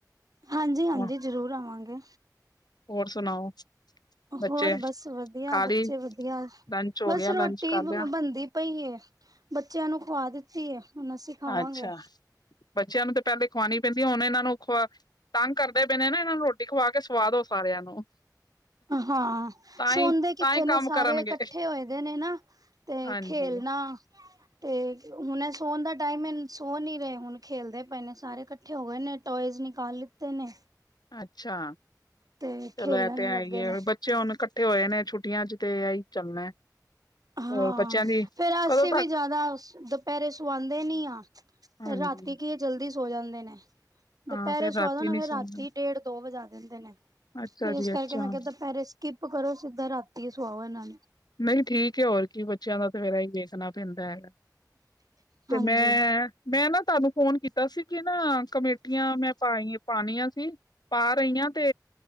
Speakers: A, on the right (about 55°); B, on the left (about 70°).
A: ਹਾਂਜੀ ਹਾਂਜੀ
B: ਹੋਰ
A: ਜ਼ਰੂਰ ਆਵਾਂਗੇ
B: ਹੋਰ ਸੁਣਾਓ ਬੱਚੇ
A: ਹੋਰ ਬਸ ਵਧੀਆ
B: ਖਾ
A: ਬੱਚੇ
B: ਲਈ
A: ਵਧੀਆ
B: ਲੰਚ ਹੋ
A: ਬਸ
B: ਗਿਆ
A: ਰੋਟੀ
B: ਲੰਚ ਕਰ ਲਿਆ
A: ਬਣਦੀ ਪਈ ਬੱਚਿਆਂ ਨੂੰ ਖਵਾ ਦਿੱਤਾ ਤੇ ਹੁਣ ਅ ਸਿਖਾਵਾਂਗੇ
B: ਅੱਛਾ ਬੱਚਿਆਂ ਨੂੰ ਤਾਂ ਪਹਿਲੇ ਖਵਾਣੀ ਪੈਂਦੀ ਹੁਣ ਇਹਨਾਂ ਨੂੰ ਖ ਤੰਗ ਕਰਦੇ ਪੈਂਦੇ ਨਾ ਇਹਨਾਂ ਨੂੰ ਰੋਟੀ ਖਵਾ ਕੇ ਸਵਾਦ ਹੋ ਸਾਰਿਆਂ ਨੂੰ
A: ਹਾਂ
B: ਤਾਂ
A: ਸੋਦੇ
B: ਹੀ ਤਾਂ
A: ਕਿੱਥੇ
B: ਹੀ
A: ਨੇ
B: ਕੰਮ
A: ਸਾਰੇ
B: ਕਰਨਗੇ
A: ਇਕੱਠੇ ਹੋਏ ਦੇ ਨੇ ਨਾ ਤੇ
B: ਹਾਂਜੀ
A: ਖੇਲਣਾ ਤੇ ਹੁਣ ਸੋਣ ਦਾ ਟਾਈਮ ਹੈ ਸੋ ਨੀ ਰਹੇ ਹੁਣ ਖੇਲਦੇ ਪਏ ਨੇ ਸਾਰੇ ਇਕੱਠੇ ਹੋ ਗਏ ਨੇ ਟੋਇਜ਼ ਨਿਕਾਲ ਲਿੱਤੇ ਨੇ
B: ਅੱਛਾ
A: ਤੇ
B: ਚਲੋ
A: ਖੇਲਣ
B: ਇਹ ਤੇ
A: ਲੱਗੇ
B: ਆਈਏ
A: ਨੇ
B: ਬੱਚੇ ਹੁਣ ਇਕੱਠੇ ਹੋਏ ਨੇ ਛੁੱਟੀਆਂ ਚ ਤੇ ਆ ਹੀ ਚੱਲਣਾ ਹੈ
A: ਹਾਂ
B: ਹੋਰ ਬੱਚਿਆਂ ਦੀ
A: ਫੇਰ
B: ਕਦੋਂ
A: ਅਸੀਂ ਵੀ
B: ਤੱਕ
A: ਜ਼ਿਆਦਾ ਦੁਪਹਿਰੇ ਸਆਂਦੇ ਦੇ ਨੀ ਆ
B: ਹਾਂਜੀ
A: ਰਾਤੀ ਕੀ ਹੈ ਜਲਦੀ ਸ ਹੋ ਜਾਂਦੇ ਨੇ ਦੁਪਹਿਰੇ
B: ਹਾਂ ਫੇਰ ਰਾਤੀ
A: ਸੁਆਦੋ ਨਾ
B: ਨੀ
A: ਫੇਿਰ
B: ਸੌਣਾ
A: ਰਾਤੀ ਡੇਢ ਦੋ ਵਜਾ ਨ ਨੇ
B: ਅੱਛਾ
A: ਫਿਰ
B: ਜੀ ਅੱਛਾ
A: ਮੈਂ ਕਿਹਾ ਦੁਪਹਿਰੇ ਸਕਿਪ ਕਰੋ ਸਿੱਦਾਂ ਰਾਤੀ ਸੁਆਹ ਇਹਨਾਂ
B: ਨਹੀਂ ਠੀਕ ਹੈ ਹੋਰ ਕੀ ਬੱਚਿਆਂ ਦਾ ਹੀ ਵੇਖਣਾ ਪੈਂਦਾ ਹੈਗਾ ਤੇ
A: ਹਾਂਜੀ
B: ਮੈਂ ਮੈਂ ਨਾ ਤੁਹਾਨੂੰ ਫੋਨ ਕੀਤਾ ਸੀ ਕਿ ਨਾ ਕਮੇਟੀਆਂ ਮੈਂ ਪਾਈ ਪਾਣੀੀਆਂ ਸੀ ਪਾ ਰਹੀ ਹਾਂ ਤੇ